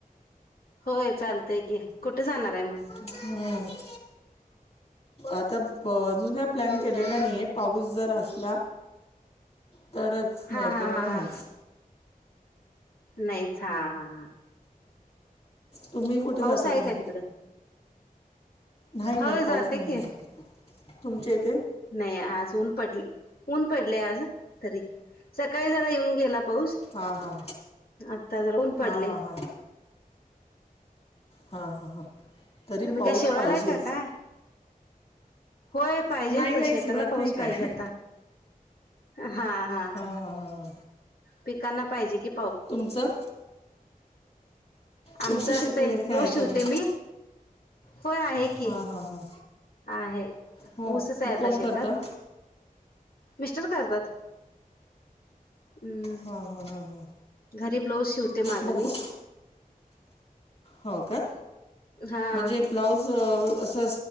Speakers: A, on the left (about 85°); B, on the left (about 45°).
A: होय चालतंय की कुठ जाणार आहे मग
B: हम्म. आता अह अजून काय प्लॅन केलेला नाहीए पाऊस जर असला तर नाही
A: हा हा हा
B: मग नाहीच
A: हा नाहीच हा हा हा
B: तुम्ही कुठे
A: पाऊस
B: जाता
A: आहे
B: का नाही?
A: तिकडं
B: नाही
A: हो
B: नाही पाऊस
A: जाते
B: नाहीए
A: की
B: तुमच्या इथे?
A: नाही आज ऊन पडले, ऊन पडले आज तरी सकाळी जरा येऊन गेला पाऊस
B: हां हां
A: आत्ता जरा ऊन
B: हां
A: पडलंय
B: हां हां हा हा हा तरी
A: तुम्ही
B: पाऊस
A: काय शेवालाय
B: पाहिजेच.
A: का काय होय पाहिजेच
B: नाही नाही
A: शेताला
B: शिवत
A: पाऊस
B: नाही काय
A: पाहिजे
B: हां
A: आता हा हा हा
B: हां हां हां
A: पिकांना पाहिजे कि
B: तुमचं?
A: आमचं
B: तुमचं शेत
A: असतंय
B: वगैरे काय
A: ब्लाऊज
B: आहे
A: शिवते
B: का नाही
A: मी. होय आहे की
B: हां हां हां
A: आहे.
B: हो
A: ऊसच आहे
B: मग
A: आता
B: कोण
A: शेतात
B: करतं
A: मिस्टर काढतात हम्म
B: हां हां हां हां
A: घरी ब्लाऊज शिवते माझं
B: मग को-
A: मी
B: हो का
A: हा
B: म्हणजे ब्लाऊज अह असं